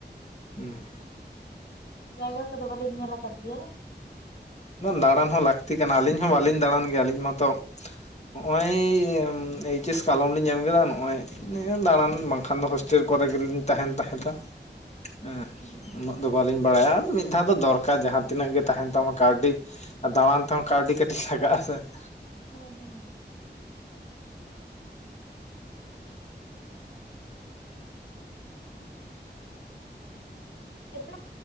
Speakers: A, on the left; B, on the left.
A: <unintelligible>
B: ᱡᱟᱭᱜᱟ ᱠᱚᱫᱚ ᱵᱟᱹᱞᱤᱧ ᱧᱮᱞ ᱟᱠᱟᱫ ᱜᱮᱭᱟ
A: ᱫᱟᱬᱟᱱ ᱦᱚᱸ ᱞᱟᱹᱠᱛᱤ ᱠᱟᱱᱟ ᱟᱹᱞᱤᱧ ᱦᱚᱸ ᱵᱟᱹᱞᱤᱧ ᱫᱟᱬᱟᱱ ᱜᱮᱭᱟ ᱟᱹᱞᱤᱧ ᱢᱟᱛᱚ ᱾ ᱱᱚᱜᱼᱚᱭ ᱮᱭᱤᱪᱮᱥ ᱠᱟᱞᱚᱢ ᱞᱤᱧ ᱮᱢ ᱠᱮᱫᱟ ᱱᱚᱜᱼᱚᱭ ᱱᱤᱭᱟᱹ ᱫᱟᱬᱟᱱ ᱵᱟᱝᱠᱷᱟᱱ ᱫᱚ ᱦᱳᱥᱴᱮᱞ ᱠᱚᱨᱮ ᱜᱮᱞᱤᱧ ᱛᱟᱦᱮᱱ ᱛᱟᱦᱮᱸᱫᱼᱟ ᱾ ᱦᱮᱸ ᱩᱱᱟᱹᱜ ᱫᱚ ᱵᱟᱹᱞᱤᱧ ᱵᱟᱲᱟᱭᱟ ᱢᱤᱫ ᱫᱷᱟᱣ ᱫᱚ ᱫᱚᱨᱠᱟᱨ ᱡᱟᱦᱟᱸ ᱛᱤᱱᱟᱹᱜ ᱜᱮ ᱛᱟᱦᱮᱱ ᱛᱟᱢᱟ ᱾ ᱠᱟᱹᱣᱰᱤ ᱟᱨ ᱫᱟᱬᱟᱱ ᱛᱮᱦᱚᱸ ᱠᱟᱹᱣᱰᱤ ᱠᱟᱹᱴᱤᱡ ᱞᱟᱜᱟᱜᱼᱟ ᱥᱮ ᱾
B: ᱦᱮᱸ ᱦᱮᱸ <unintelligible>